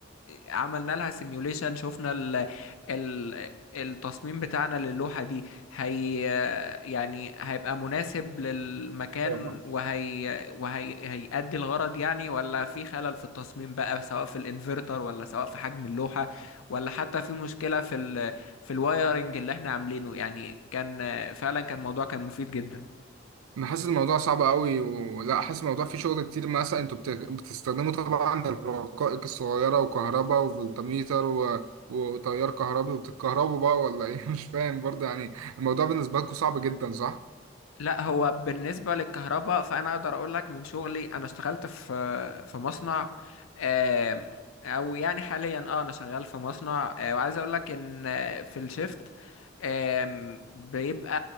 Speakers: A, on the left; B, on the right.
A: آه، عملنا لها سيميوليشن شفنا ال ال التصميم بتاعنا للوحة دي هي آه، يعني هيبقى مناسب للمكان
B: أيوة.
A: وهي وهي هيأدي الغرض يعني ولا في خلل في التصميم بقى سواء في الانفرتر ولا سواء في حجم اللوحة ولا حتى في مشكلة في ال في الوايرنج اللي احنا عاملينه يعني كان آه، فعلا كان موضوع كان مفيد جدا
B: انا حاسس الموضوع صعب قوي ولا حاسس الموضوع فيه شغل كتير مثلا انتوا بت... بتستخدموا طبعا الرقائق الصغيرة وكهرباء وفولتميتر و... وتيار كهربي وبتتكهربوا بقى ولا ايه <laughs> مش فاهم برضه يعني الموضوع بالنسبة لكم صعب جدا صح؟
A: لا هو بالنسبة للكهرباء فأنا أقدر أقول لك من شغلي أنا اشتغلت في في مصنع آم، أو يعني حاليا أه أنا شغال في مصنع آه، وعايز أقول لك إن آه، في الشيفت آم، بيبقى